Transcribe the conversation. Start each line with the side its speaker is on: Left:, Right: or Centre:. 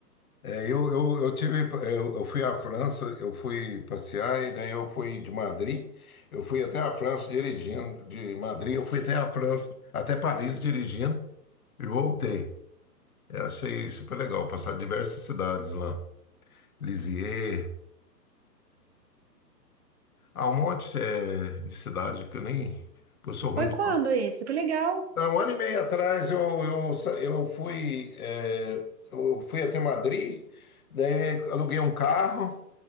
Left: É, eu, eu, eu tive, eu, eu fui à França, eu fui passear e daí eu fui de Madrid, eu fui até a França dirigindo, de Madrid eu fui até a França, até Paris dirigindo e voltei. Eu achei super legal passar diversas cidades lá. Lisieux, há um monte eh, de cidade que eu nem. Pô, eu sou ruim
Right: Foi
Left: de
Right: quando
Left: nome.
Right: isso? Que legal.
Left: Há um ano e meio atrás eu, eu, sa- eu fui, eh, eu fui até Madrid, daí aluguei um carro,